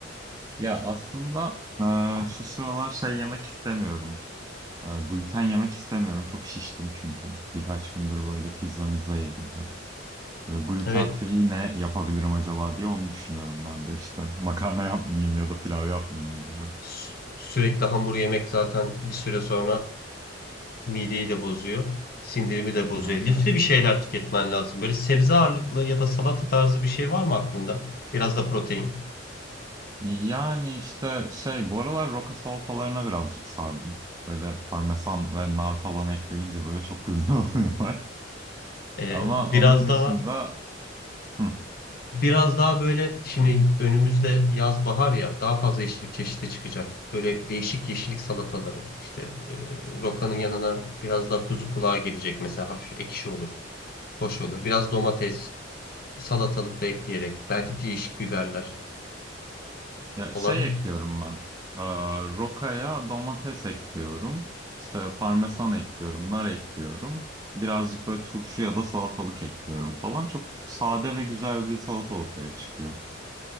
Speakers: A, on the right; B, on the left.
A: Ya aslında e, şu sıralar şey yemek istemiyorum. E, gluten yemek istemiyorum. Çok şiştim çünkü. Birkaç gündür böyle pizza mizza yedim. Ben. Böyle gluten
B: Evet,
A: free ne yapabilirim acaba diye onu düşünüyorum ben de işte. Makarna yapmayayım ya da pilav yapmayayım gibi.
B: sü- sürekli hamur yemek zaten bir süre sonra mideyi de bozuyor, sindirimi de bozuyor.
A: Evet
B: Lifli
A: evet.
B: bir şeyler tüketmen lazım. Böyle sebze ağırlıklı ya da salata tarzı bir şey var mı aklında? Biraz da protein,
A: Yani işte şey bu aralar roka salatalarına birazcık sardım. Böyle parmesan ve nar falan ekleyince böyle çok güzel <laughs> oluyorlar.
B: ee,
A: Ama
B: biraz
A: onun dışında
B: daha
A: hı,
B: Biraz daha böyle şimdi önümüzde yaz bahar ya daha fazla yeşillik çeşidi çıkacak. Böyle değişik yeşillik salataları işte e, rokanın yanına biraz daha kuzu kulağı gelecek mesela hafif ekşi olur. Hoş olur. Biraz domates, salatalık da ekleyerek belki değişik biberler
A: ya
B: olabilir.
A: şey ekliyorum ben. Ee, rokaya domates ekliyorum. İşte parmesan ekliyorum, nar ekliyorum. Birazcık böyle turşu ya da salatalık ekliyorum falan. Çok sade ve güzel bir salata ortaya çıkıyor.